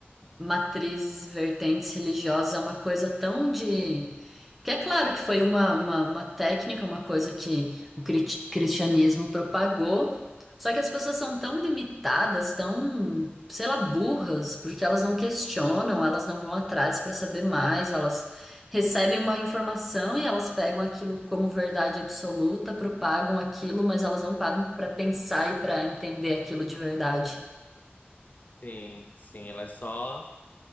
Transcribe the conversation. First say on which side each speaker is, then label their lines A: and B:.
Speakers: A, in the centre; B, on the left.
A: matrizes e vertentes religiosas é uma coisa tão de. Que é claro que foi uma, uma, uma técnica, uma coisa que o crit- cristianismo propagou, só que as pessoas são tão limitadas, tão, sei lá, burras, porque elas não questionam, elas não vão atrás para saber mais, elas recebem uma informação e elas pegam aquilo como verdade absoluta, propagam aquilo, mas elas não param para pensar e para entender aquilo de verdade.
B: Sim, sim, elas só,